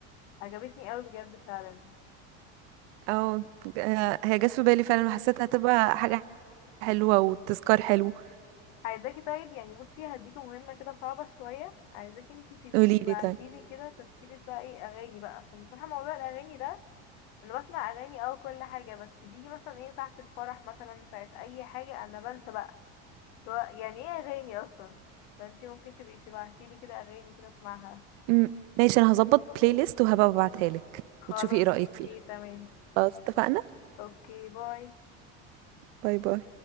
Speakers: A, on the left; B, on the right.
A: عجبتني قوي بجد فعلا
B: اه آه، هي جت في بالي فعلا وحسيتها هتبقى حاجة حلوة وتذكار حلو
A: عايزاكي طيب يعني بصي هديكي مهمه كده صعبه شويه عايزاكي انتي تبقي
B: قولي
A: تبعتيلي
B: لي طيب
A: كده تشكيله بقى ايه اغاني بقى عشان بصراحه موضوع الاغاني ده انا بسمع اغاني او كل حاجه بس بيجي مثلا ايه ساعه الفرح مثلا ساعه اي حاجه انا بنسى بقى هو يعني ايه اغاني اصلا فانتي ممكن تبقي تبعتيلي كده اغاني كده اسمعها
B: م- ماشي انا هظبط بلاي ليست وهبقى ببعتها لك
A: خلاص
B: وتشوفي ايه رأيك
A: اوكي
B: فيها
A: تمام
B: خلاص اتفقنا
A: اوكي باي
B: باي باي